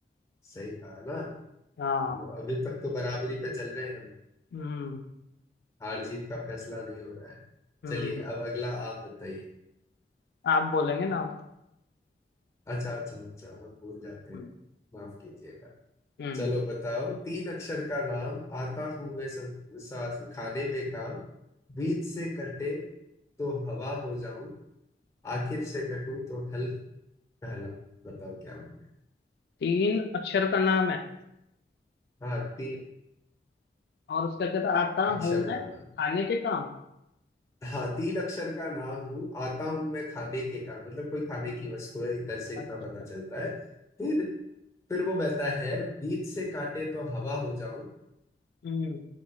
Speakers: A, on the left; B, on the left.
A: सही कहा ना
B: हाँ
A: चलो अभी तक तो बराबरी पे चल रहे हैं हम
B: हम्म
A: हार जीत का फैसला नहीं हो रहा है
B: हम्म
A: चलिए अब अगला आप बताइए
B: आप बोलेंगे ना आप
A: अच्छा अच्छा अच्छा हम भूल जाते
B: हम्म
A: हैं माफ कीजिएगा
B: हम्म।
A: चलो बताओ तीन अक्षर का नाम आता हूं मैं सब सांस खाने में काम बीच से कटे तो हवा हो जाऊं आखिर से कटूं तो हल कहलाऊं बताओ क्या हूं मैं
B: तीन अक्षर का नाम है
A: हाँ तीन
B: और उसका कहता आता
A: अक्षर
B: हूँ मैं
A: का
B: खाने
A: नाम
B: के काम
A: हाँ तीन अक्षर का नाम हूँ आता हूँ मैं खाने के काम मतलब कोई खाने की वस्तु है इधर से इतना
B: अच्छा
A: पता चलता है फिर फिर वो बहता है बीच से काटे तो हवा हो जाऊं
B: हम्म